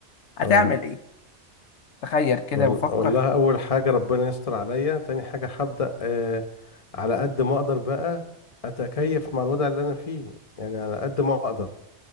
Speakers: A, on the left; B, on the left.
A: هتعمل
B: اه
A: ايه تخيل كده
B: وال-
A: وفكر
B: والله اول حاجه ربنا يستر عليا تاني حاجه هبدا آه على قد ما اقدر بقى اتكيف مع الوضع اللي انا فيه يعني على قد ما اقدر